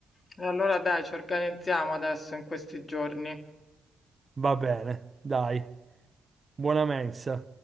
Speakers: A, on the left (about 35°); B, on the right (about 30°).
A: E allora dai, ci organizziamo adesso in questi giorni.
B: Va bene, dai, buona mensa.